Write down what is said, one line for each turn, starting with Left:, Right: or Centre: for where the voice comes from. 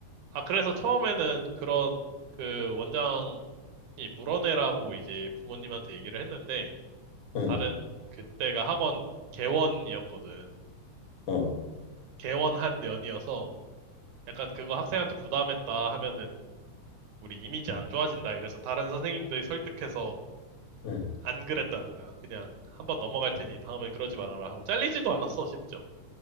Right: 아, 그래서 처음에는 그런 그 원장이 물어내라고 이제 부모님한테 얘기를 했는데
Left: 응,
Right: 다른, 그때가 학원 개원이었거든.
Left: 어,
Right: 개원한 년이어서 약간 그거 학생한테 부담했다 하면은 우리 이미지 안 좋아진다 이래서 다른 선생님들이 설득해서
Left: 응.
Right: 안 그랬다는 거야. 그냥 한번 넘어갈 테니 다음엔 그러지 말아라 하고 잘리지도 않았어, 심지어.